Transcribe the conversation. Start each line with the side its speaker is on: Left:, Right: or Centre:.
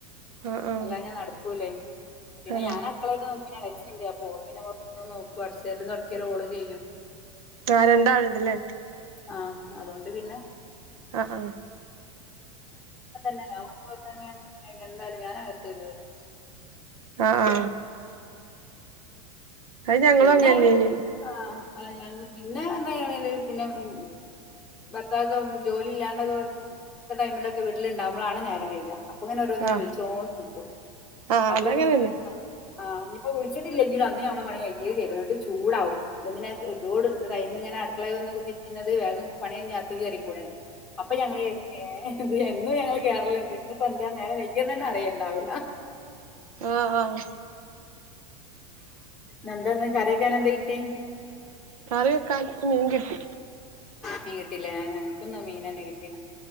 Right: ആ ആ
Centre: എല്ലാം ഞാൻ നടക്കൂല്ലേ പിന്നെ
Right: ആ
Centre: ഞാൻ അക്കള- സ്ണ്ട് അപ്പൊഓളിഞ്ഞനെ പുറത്ത്ന് നോക്കും അടിച്ചാരലുംതൊടക്കലും ഓള് ചെയ്യും
Right: ആഹ് രണ്ടാളിണ്ടല്ലേ
Centre: ആഹ് അതോണ്ട് <unintelligible>
Right: ആ ആ
Centre: <unintelligible> എന്താലും ഞാൻ അകത്തത്കേറി
Right: ആ ആ അത് ഞങ്ങളും
Centre: പിന്നെ
Right: അങ്ങനെന്നേനി
Centre: ആഹ് ഞങ്ങ പിന്നെ വന്നേറി പിന്നെ ഉം ഭർത്താക്കെ ജോലി ഇല്ലാണ്ട ടൈമിലൊക്കെ വീട്ടിലിണ്ടാവുമ്പളാണ് നേരം കഴുക അപ്പൊങ്ങനെ ഓരോന്നിനും
Right: ആ
Centre: വിളിച്ചോണ്ട് നിക്കും
Right: ആ
Centre: അപ്പൊ
Right: അതങ്ങനെന്നെ
Centre: പിന്നെ ആഹ് ഇനിപ്പോ വിളിച്ചി- ഇല്ലെങ്കിലൊ അന്ന്ഞമ്മള പണി- യേ ചെയ്ത- ചൂടാവും ഇതെന്തിന ലോട് ടൈമി- അടുക്കളെ- രിക്കുന്നത് വേഗം പണിഴിഞ്ഞ അകത്തേക്ക് കേറിക്കൂടെന്ന് അപ്പൊ ഞങ്ങള് ഇ ഏഹ് എന്നും ഞങ്ങള് കേറലിണ്ട് ഇന്നിപ്പോ എന്താ നേരെ വയ്കിയോന്ന് തന്നെ അറിയേണ്ടാവൂല്ല
Right: ആ ആഹ്
Centre: ഇന്ന്എന്താന്ന് കറിക്കാനെന്ത് കിട്ടി
Right: കറിവെക്കാൻ മീൻങ്കിട്ടി
Centre: മീൻ കിട്ടില്ലെ ൻക്കുന്ന് മീനന്നെ കിട്ടീന